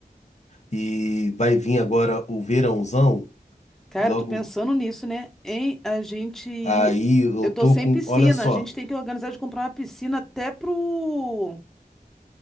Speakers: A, on the left; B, in the centre.
A: e vai vir agora o verãozão,
B: Cara,
A: logo
B: eu tô pensando nisso, né? Em a gente.
A: aí eu
B: Eu tô
A: tô
B: sem
A: com,
B: piscina.
A: olha só,
B: A gente tem que organizar de comprar uma piscina até pro...